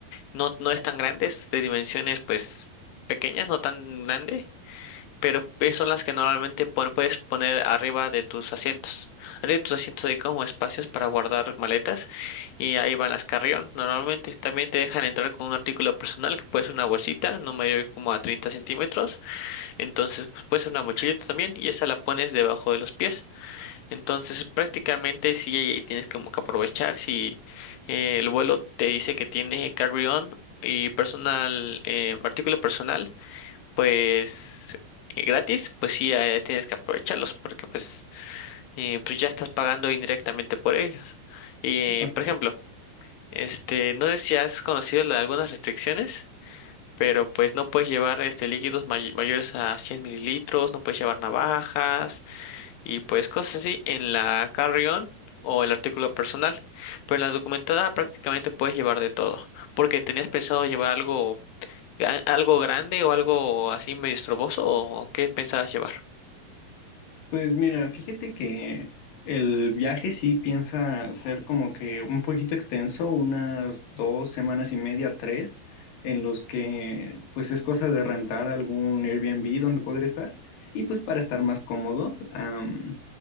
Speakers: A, on the left (about 80°); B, on the left (about 65°).
A: No, no es tan grande, es de dimensiones pues pequeñas, no tan grande, pero pues, son las que normalmente pon- puedes poner arriba de tus asientos. Arriba de tus asientos hay como espacios para guardar maletas y ahí van las carry-on. Normalmente también te dejan entrar con un artículo personal que puede ser una bolsita, no mayor como a treinta centímetros entonces, pues puede ser una mochilita también y esa la pones debajo de los pies. Entonces, prácticamente sí ahí tienes como que aprovechar si eh, el vuelo te dice que tiene carry-on y personal, eh, artículo personal, pues eh, gratis, pues sí eh, tienes que aprovecharlos porque pues, eh, pues ya estás pagando indirectamente por ellos. Y,
B: ok.
A: eh, por ejemplo, este, no sé si has conocido la- algunas restricciones pero pues no puedes llevar este líquidos may- mayores a 100 mililitros, no puedes llevar navajas y pues cosas así en la carry-on o el artículo personal. Pero en la documentada prácticamente puedes llevar de todo, porque tenías pensado llevar algo gra- algo grande o algo así medio estroboso o qué pensabas llevar.
B: Pues mira, fíjate que el viaje sí piensa ser como que un poquito extenso, unas dos semanas y media, tres, en los que pues es cosa de rentar algún Airbnb donde poder estar. Y pues para estar más cómodos, am,